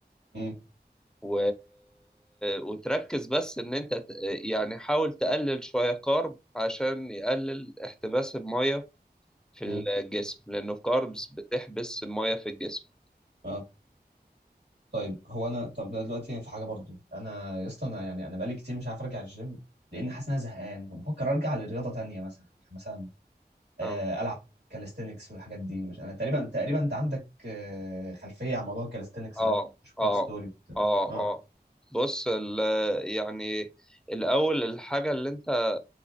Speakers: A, on the right; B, in the centre.
A: امم
B: و... وتركز بس إن أنت ت- يعني حاول تقلل شوية كارب عشان يقلل احتباس المية في
A: امم
B: الجسم لأنه الكاربس بتحبس المية في الجسم
A: امم طيب هو انا طب دلوقتي في حاجه برضو انا يا اسطى انا يعني انا بقالي كتير مش عارف ارجع الجيم لان حاسس ان انا زهقان فبفكر ارجع لرياضه تانية مثلا يعني مثلا آه،
B: اه
A: العب كاليستينكس والحاجات دي مش انا تقريبا تقريبا انت عندك آه، خلفيه عن موضوع الكاليستينكس
B: اه
A: ده بشوف
B: اه
A: لك ستوري بتاع
B: اه
A: اه
B: اه بص ال يعني الاول الحاجه اللي انت